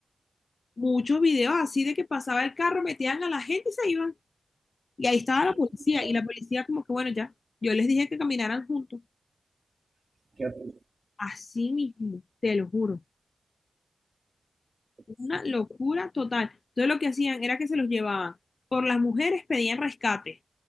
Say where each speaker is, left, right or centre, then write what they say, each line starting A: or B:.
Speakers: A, on the left (about 60°); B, on the right (about 55°).
A: Muchos videos así de que pasaba el carro, metían a la gente y se iban. Y ahí estaba
B: Ay,
A: la policía,
B: no,
A: y la policía como que, bueno, ya, yo les dije que caminaran juntos,
B: qué horrible,
A: así mismo, te lo juro,
B: qué tristeza.
A: una locura total. Entonces lo que hacían era que se los llevaban, por las mujeres pedían rescate